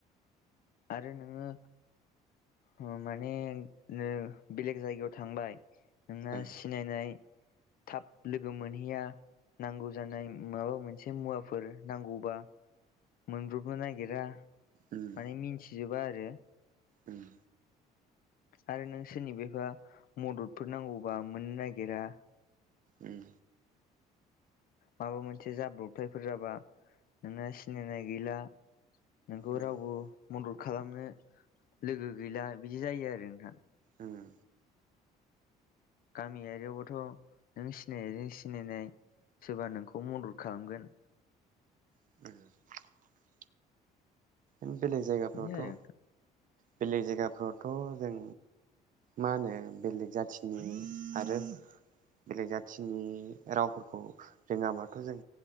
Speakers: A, on the left; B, on the right.
A: आरो नोङो ओ माने ओ बेलेग जायगायाव थांबाय नोंना
B: ओ
A: सिनायनाय थाब लोगो मोनहैया नांगौ जानाय माबा मोनसे मुवाफोर नांगौबा मोनब्रबनो नागिरा
B: उम
A: माने मिथिनजोबा आरो।
B: उम
A: आरो नों सोरनिबेबा मददफोर नांगौबा मोननो नागिरा।
B: उम
A: माबा मोनसे जाब्रबथायफोर जाबा नोंना सिनायनाय गैला। नोंखौ
B: उम
A: रावबो मदद खालामनो लोगो गैला बिदि जायो आरो नोंथां।
B: उम
A: गामियारियावबाथ' नों सिनायनायजों सिनायनाय सोरबा नोंखौ मदद खालामगोन।
B: <unintelligible> नों बेलेग जायगाफ्रावथ'
A: बेनो आरो नोंथां
B: बेलेग जायगाफ्रावथ' जों मा होनो बेलेग जाथिनि आरो बेलेग जाथिनि रावफोरखौ रोङाबाथ' जों